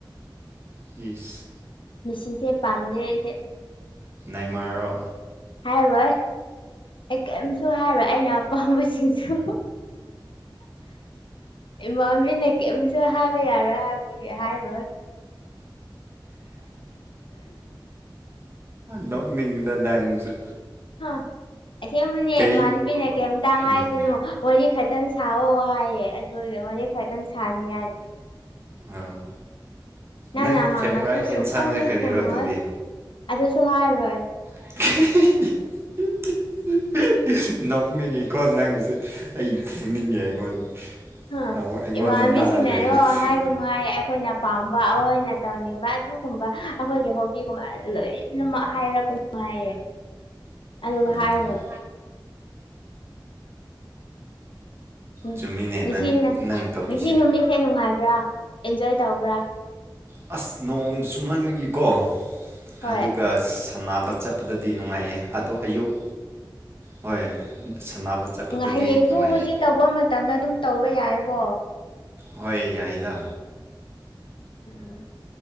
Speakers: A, on the right; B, on the left.
A: ꯏꯁ
B: ꯃꯁꯤꯁꯦ ꯄꯝ ꯗꯦ ꯏꯗꯤ
A: ꯏꯃꯔꯣ
B: ꯍꯥꯏꯔꯣꯏ ꯑꯩ ꯀꯔꯤꯝꯁꯨ ꯍꯥꯏꯔꯣꯏ ꯑꯩꯅ ꯑꯄꯥꯝꯕꯁꯤꯡꯁꯨ ꯏꯃꯕꯤ ꯅ ꯀꯦ ꯄꯤꯁ ꯍꯕ ꯌꯥꯔꯣꯏ ꯍꯥꯏ ꯍꯥꯏꯥꯏꯔꯣꯏ
A: ꯗꯣ ꯅꯤꯡꯗ ꯇꯉꯁꯨ
B: ꯍꯥꯥ ꯑꯁꯦꯡꯕꯅꯦ
A: ꯀꯩ
B: ꯏꯃꯥꯟꯕꯤꯅ ꯀꯩꯝꯇ ꯍꯥꯏꯒꯅꯨ
A: ꯎꯝ
B: ꯋꯥꯔꯤ ꯈꯇꯪ ꯁꯥꯑꯣ ꯍꯥꯏꯌꯦ ꯑꯗꯨ ꯈꯔꯇꯪ ꯁꯅꯤ ꯍꯥꯏꯅꯦ
A: ꯑꯥ
B: ꯅꯪꯅ
A: ꯅꯪ
B: ꯍꯪꯉꯁꯨ
A: ꯐꯦꯚꯣꯔꯥꯏꯠ
B: ꯁꯨꯛ
A: ꯑꯦꯟꯁꯥꯡꯁꯦ
B: ꯈꯨꯝꯃꯦ
A: ꯀꯔꯤꯔꯣ
B: ꯈꯨꯝꯃꯣꯏ
A: ꯑꯗꯨꯗꯤ
B: ꯑꯗꯨꯁꯨ ꯍꯥꯏꯔꯣꯏ
A: <unintelligible> <inaudible> ꯅꯣꯛꯅꯤꯡꯉꯤꯀꯣ ꯅꯪꯁꯦ ꯑꯩ ꯎꯅꯤꯡꯉꯦ ꯑꯩꯉꯣꯟ
B: ꯑ
A: ꯑꯃꯨꯛ ꯑꯩꯉꯣꯟꯗ
B: ꯏꯃꯥꯟꯅꯕꯤꯁꯤꯡꯅꯅꯦ
A: ꯅꯥꯟꯅ ꯂꯩꯗꯤ
B: ꯕꯕꯥ
A: ꯐꯨ
B: ꯍꯥꯏꯕ ꯅꯨꯡꯉꯥꯏ ꯑꯩꯈꯣꯏꯅ ꯄꯥꯝꯕ ꯑꯩ ꯑꯣꯏꯅ ꯇꯧꯅꯤꯕ ꯑꯗꯨꯒꯨꯝꯕ ꯑꯩꯈꯣꯏꯒꯤ ꯍꯣꯕꯤꯒꯨꯝꯕ ꯂꯣꯏꯅꯃꯛ ꯍꯥꯏꯔꯛꯒ ꯅꯨꯡꯉꯥꯏꯌꯦ ꯑ
A: ꯍꯣꯏ
B: ꯍꯥꯔ
A: ꯍꯣꯏ
B: ꯑꯣꯏ ꯎꯝ
A: ꯆꯨꯝꯃꯤꯅꯦ
B: ꯉꯁꯤꯅ
A: ꯅꯪ ꯅꯪ ꯇꯧꯔꯤꯁꯦ
B: ꯉꯁꯤ ꯅꯨꯃꯤꯠꯁꯦ ꯅꯨꯡꯉꯥꯏꯕ꯭ꯔꯥ ꯑꯦꯟꯖꯣꯏ ꯇꯧꯕ꯭ꯔꯥ
A: ꯑꯁ ꯅꯣꯡ ꯆꯨꯝꯍꯟꯕꯒꯤꯀꯣ
B: ꯍꯣꯏ
A: ꯑꯗꯨꯒ ꯁꯝꯅꯕ ꯆꯠꯄꯗꯗꯤ ꯅꯨꯡꯉꯥꯏꯌꯦ ꯑꯗꯣ ꯑꯌꯨꯛ ꯍꯣꯏ ꯁꯥꯟꯅꯕ ꯆꯠꯄꯗꯗꯤ
B: ꯍꯌꯦꯡꯁꯨ
A: ꯅꯨꯡꯉꯥꯏꯔꯦ
B: ꯍꯧꯖꯤꯛ ꯇꯧꯕ ꯃꯇꯝꯗ ꯑꯗꯨꯝ ꯇꯧꯕ ꯌꯥꯏꯀꯣ
A: ꯑꯣꯏ ꯌꯥꯏꯗ
B: ꯎꯝ ꯎꯝ